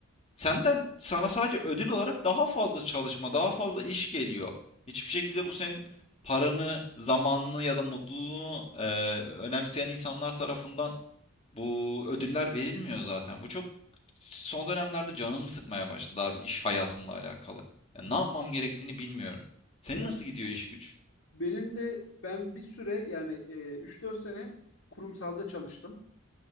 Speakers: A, on the left; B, on the left.
A: senden sana sadece ödül olarak daha fazla çalışma, daha fazla iş geliyor. Hiçbir şekilde bu senin paranı, zamanını ya da mutluluğunu eee, önemseyen insanlar tarafından bu ödüller verilmiyor zaten. Bu çok son dönemlerde canımı sıkmaya başladı abi iş hayatımla alakalı. Ya ne yapmam gerektiğini bilmiyorum. Senin
B: Ya
A: nasıl gidiyor iş güç?
B: benim de ben bir süre yani e, 3-4 sene kurumsalda çalıştım.